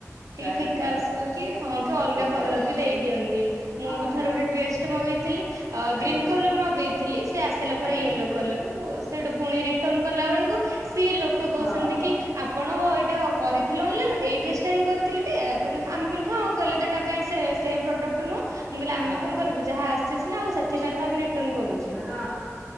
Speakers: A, on the right; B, on the left.
A: ଟିକେ
B: ପ୍ରାୟ
A: ଫିକା
B: ଭଲ ଆସୁ
A: ଆସିବ କି ହଁ, କି ଅଲଗା
B: ଠିକ
A: କଲର୍
B: ଆସୁଛି
A: ବି ଦେଇ ଦିଅନ୍ତି। ମୁଁ
B: ହଁ
A: ବି ଥରେ ଗୋଟେ ଡେସ୍ ଟେ ମଗେଇଥିଲି, ଅ ଗ୍ରୀନ୍
B: ଆଜ୍ଞା
A: କଲର ମଗେଇ ଥିଲି, ସେ ଆସିଲା ପୁରା
B: ଆଜ୍ଞା
A: ୟେଲୋ କଲର୍, <unintelligible> ସେଠୁ ଫୁଣି ରିଟର୍ଣ୍ଣ କଲା ବେଳକୁ ସିଏ ଲୋ ଲୋକ କହୁଚନ୍ତି
B: ହଁ
A: କି, ଆପଣ ଏଇଟା କରିଥିଲେ ଅନଲାଇନ୍ ରୁ, ଏଇ ଡ୍ରେସ୍ ଟା ହିଁ କରି ଥିଲେ ଟି, କହିଲ ଆମେ କହିଲୁ ହଁ କହିଲେ ଏଟା ସେମ୍ ପ୍ରଡକ୍ଟ ନୁହଁ, ମୁଁ କହିଲେ ଆମେ
B: ହଁ
A: କଣ କରିବୁ ଯାହା ଆସିଚି ନା, ଆଉ ସେଥିପାଇଁ ତ ଆମେ ରିଟର୍ଣ୍ଣ୍ କରୁଚୁ।
B: ହଁ,